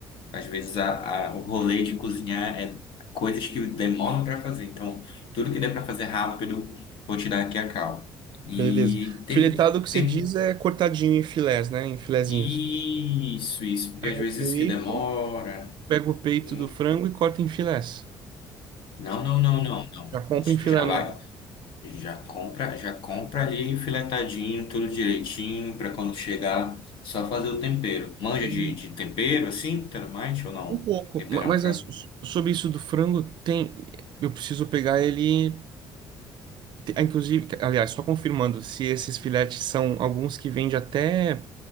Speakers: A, on the left; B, on the right.
A: Às vezes a, a- o rolê de cozinhar é coisas que demoram para fazer. Então, tudo que der para fazer rápido, vou tirar aqui a cal. E
B: Beleza.
A: tem,
B: Filetado, o que você
A: tem
B: diz é cortadinho em filés, né? Em filezinhos.
A: isso, isso, porque
B: Pega
A: às vezes
B: o peito,
A: isso que demora.
B: Pego o peito
A: hum.
B: do frango e corta em filés.
A: Não, não, não, não, não.
B: já compra
A: Acho
B: em
A: que
B: filé.
A: Tu já vai,
B: no-
A: já compra, já compra ali filetadinho, tudo direitinho, para quando chegar, só fazer o tempero. Manja
B: Tem
A: de, de tempero assim, tudo mais ou não?
B: um pouco.
A: Temperar
B: Ma- Mas
A: um frango?
B: é so- sobre isso do frango, tem, eu preciso pegar ele. Inclusive, aliás, só confirmando se esses filetes são alguns que vende até